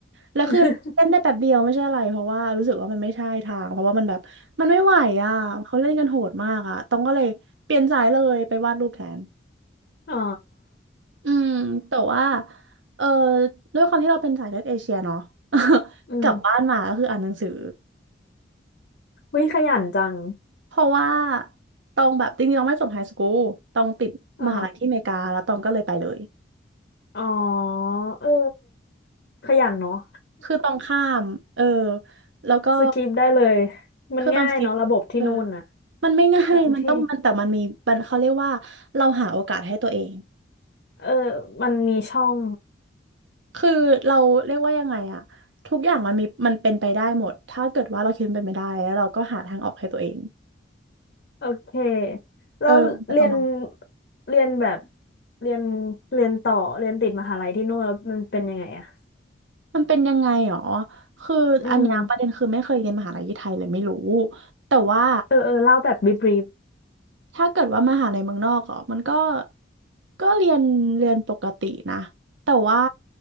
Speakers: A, on the right (about 85°); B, on the left (about 60°).
A: แล้วคือเล่นได้แป๊บเดียวไม่ใช่อะไรเพราะว่ารู้สึกว่ามันไม่ใช่ทางเพราะว่ามันแบบมันไม่ไหวอ่ะเขาเล่นกันโหดมากอ่ะต้องก็เลยเปลี่ยนสายเลยไปวาดรูปแทน
B: <laughs> อ๋อ
A: อืมแต่ว่าเออด้วยความที่เราเป็นสายเลือดเอเชียเนาะ <laughs>
B: อืม
A: กลับบ้านมาก็คืออ่านหนังสือ
B: วิขยันจัง
A: เพราะว่าตองแบบจริงๆตองไม่จบไฮสคูลตองติดมหาลัยที่อเมริกาแล้วตองก็เลยไปเลย
B: อ๋ออ๋อเออขยันเนาะ
A: คือตองข้ามเออแล้วก็
B: สกิปได้เลยมันง่ายเนาะระบบที่นู่นน่ะ
A: คือตองสกิปเออมันไม่ง่ายมันต้องมันแต่มันมีมันเขาเรียกว่าเราหาโอกาสให้ตัวเอง
B: แตที่เออมันมีช่อง
A: คือเราเรียกว่ายังไงอะทุกอย่างมันมีมันเป็นไปได้หมดถ้าเกิดว่าเราคิดมันเป็นไปได้แล้วเราก็หาทางออกให้ตัวเอง
B: โอเคแล้วเรียน
A: เออมันจะประมาณ
B: เรียนแบบเรียนเรียนต่อเรียนติดมหาลัยที่นู่นแล้วมันเป็นยังไงอะ
A: มันเป็นยังไงหรอคืออันเนี้ยประเด็นคือไม่เคยเรียนมหาลัยที่ไทยเลยไม่รู้
B: อืม
A: แต่ว่า
B: เออเออเล่าแบบบีบรีฟ
A: ถ้าเกิดว่ามหาลัยเมืองนอกอ่ะมันก็ก็เรียนเรียนปกตินะแต่ว่า